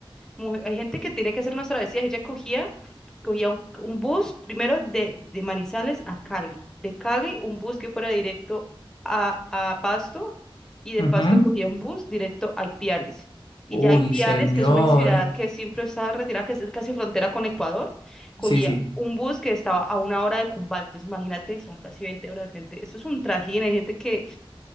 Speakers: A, in the centre; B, on the left (about 60°).
A: mu- Hay gente que tiene que hacer unas travesías. Ella cogía, cogía un, un bus primero de, de Manizales a Cali. De Cali, un bus que fuera directo a, a Pasto. Y de
B: ujú.
A: Pasto cogía un bus directo a Ipiales. Y ya
B: Uy,
A: Ipiales,
B: señor.
A: que es una ciudad que siempre estaba retirada, que es casi frontera con Ecuador, cogía
B: Sí, sí.
A: un bus que estaba a una hora de Cumbal. Entonces, imagínate, son casi 20 horas, gente. Eso es un trajín. Hay gente que